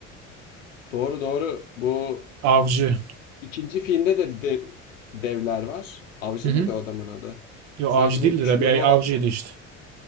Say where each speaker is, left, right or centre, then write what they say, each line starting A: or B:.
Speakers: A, on the left; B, on the right.
A: Doğru doğru. Bu
B: Avcı.
A: ikinci filmde de dev- devler var. Avcı
B: Hı hı.
A: mıydı o adamın adı?
B: Yo
A: Sanki
B: avcı değildi
A: bu kilolu
B: de bir avcıydı işte.